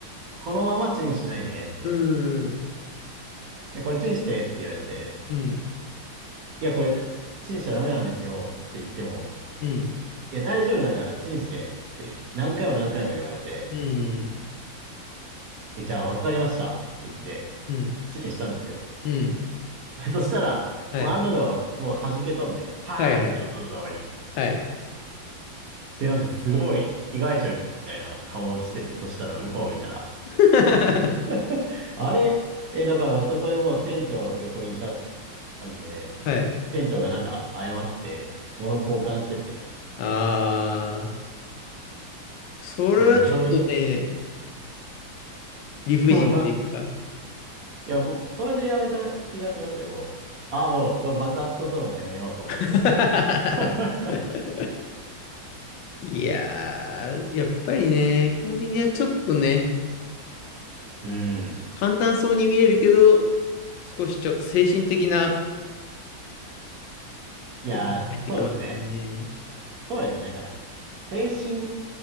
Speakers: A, on the right; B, on the left.
A: このままチンしないでねって。
B: うん。
A: で、これチンしてって言われて、
B: うん。
A: いや、これ、チンしちゃダメなんですよって言っても、
B: うん。
A: いや、大丈夫だからチンしてって何回も何回も言われて、
B: うん、
A: え、じゃあわかりましたって言って、
B: うん、
A: チンしたんですよ。
B: うん。
A: <laughs> そしたら、
B: はい。
A: もう案の定、もう弾け飛んで、パーンって音とともに。
B: はい、はい。はい。
A: で、なんかすごい被害者みたいな顔をしてて、そしたら向こう見たら。
B: <laughs>
A: <laughs> あれ、え、だからそこでもう店長横にいたんで、
B: はい。
A: 店長がなんか謝って、物交換してて、
B: あー、それはちょっとね、
A: いや、教育、
B: 理不尽っていうか。
A: <laughs> 物いや、もう、それでやめた気がしますね、もう。ああ、もう、爆発とともにやめようと思って。
B: <laughs>
A: <laughs>
B: いやー、やっぱりね、コンビニはちょっとね、
A: うん。
B: 簡単そうに見えるけど、少しちょっと精神的な
A: いや、
B: ことも入ってきますよね。
A: そうですね。そうですね。なんか、精神、